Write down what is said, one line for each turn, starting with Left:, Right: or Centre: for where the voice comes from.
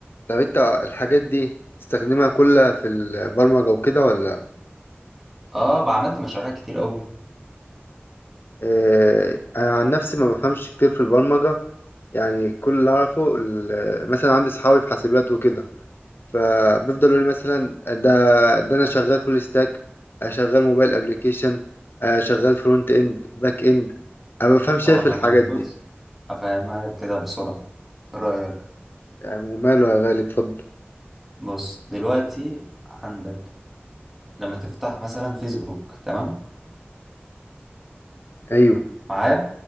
Left: طب أنت الحاجات دي تستخدمها كلها في البرمجة وكده ولا
Centre: اه بعملت مشاريع كتير قوي
Left: آه أنا عن نفسي ما بفهمش كتير في البرمجة يعني كل اللي أعرفه ال- مثلا عندي صحابي في حاسبات وكده فبيفضلوا يقولوا لي مثلا ده ده انا شغال فول ستاك شغال موبايل ابلكيشن شغال فرونت اند باك اند انا ما بفهمش
Centre: اه
Left: إيه في
Centre: فاهمها
Left: الحاجات
Centre: لك.
Left: دي
Centre: بص هفهمها لك كده بسرعة إيه رأيك
Left: يعني وماله يا غالي اتفضل
Centre: بص دلوقتي عندك لما تفتح مثلا فيسبوك تمام
Left: ايوه
Centre: معايا